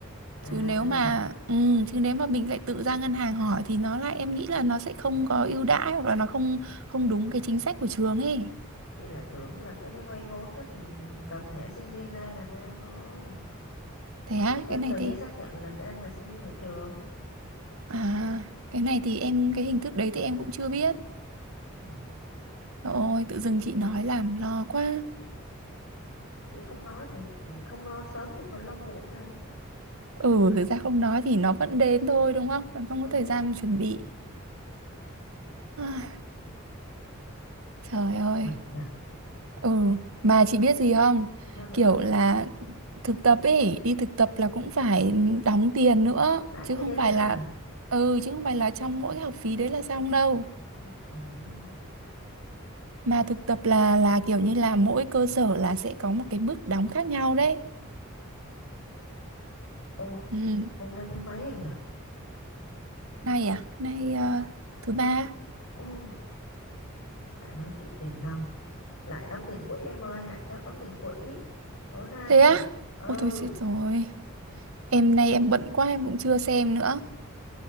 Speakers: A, on the left (about 85°); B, on the right (about 75°).
A: À,
B: chứ nếu mà ừ, chứ nếu mà mình lại tự ra ngân hàng hỏi thì nó lại em nghĩ là nó sẽ không có ưu đãi hoặc là nó không không đúng cái chính sách của trường ấy
A: chị lại tưởng là cái đấy vay vốn đó thì cầm thẻ sinh viên ra là ra thôi. Xong
B: thế á
A: rồi thêm
B: cái này
A: tờ giấy
B: thì
A: xác nhận là đang là sinh viên của trường.
B: à cái này thì em cái hình thức đấy thì em cũng chưa biết
A: Ừ.
B: Ôi, tự dưng chị nói làm lo quá.
A: Chị không nói thì không lo sớm thì cũng phải lo muộn thôi.
B: Ừ, thực ra không nói thì nó vẫn đến thôi đúng không? Bạn không
A: Ừ,
B: có thời gian mà chuẩn bị. Ai, trời ơi.
A: mệt nhỉ.
B: Ừ, mà chị biết gì không?
A: Sao nữa?
B: Kiểu là thực tập ấy, đi thực tập là cũng phải đóng tiền nữa,
A: Lại
B: chứ
A: tiền
B: không phải
A: nữa à?
B: là ừ, chứ không phải là trong mỗi cái học phí đấy là xong đâu.
A: Ôi trời ơi.
B: Mà thực tập là là kiểu như là mỗi cơ sở là sẽ có một cái mức đóng khác nhau đấy.
A: Ô,
B: Ừ,
A: Hôm nay thứ mấy em nhỉ?
B: nay à, nay ờ, thứ ba.
A: Ô, lại nói chuyện tiền nong. Lại đóng tiền quỹ em ơi, hạn chót đóng tiền quỹ. Tối nay.
B: Thế á?
A: Ừ,
B: Ôi thôi chết rồi. Em nay em bận quá em cũng chưa xem nữa.